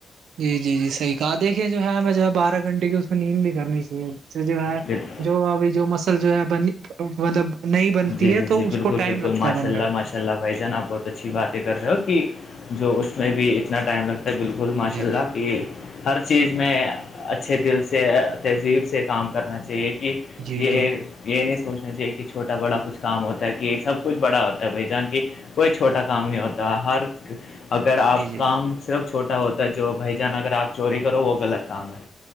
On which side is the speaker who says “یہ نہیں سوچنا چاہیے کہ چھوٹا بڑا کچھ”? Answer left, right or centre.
Left